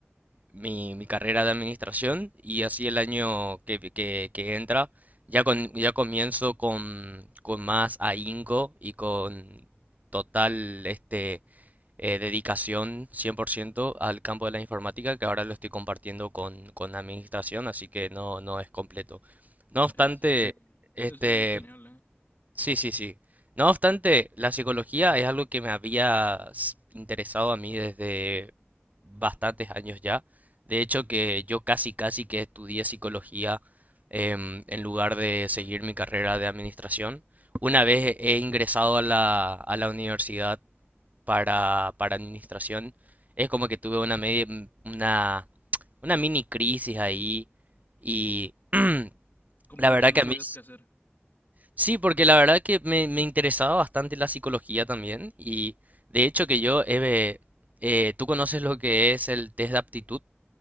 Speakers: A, on the right; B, on the left.
A: mi, mi carrera de administración y así el año que, que- que entra ya, con- ya comienzo con, con más ahínco y con total este, eh, dedicación 100% al campo de la informática que ahora lo estoy compartiendo con, con administración, así que no, no es completo. No obstante,
B: Eso es muy,
A: este,
B: eso es muy genial, ¿eh?
A: Sí, sí, sí. No obstante, la psicología es algo que me había s- interesado a mí desde bastantes años ya. De hecho, que yo casi, casi que estudié psicología em, en lugar de seguir mi carrera de administración. Una vez he ingresado a la, a la universidad para, para administración, es como que tuve una, media, una, una mini crisis ahí y <clears throat>
B: Como
A: la
B: de
A: verdad
B: que no
A: que
B: sabías
A: a mí...
B: qué hacer.
A: Sí, porque la verdad que me, me interesaba bastante la psicología también y de hecho que yo, Eve, eh, ¿tú conoces lo que es el test de aptitud?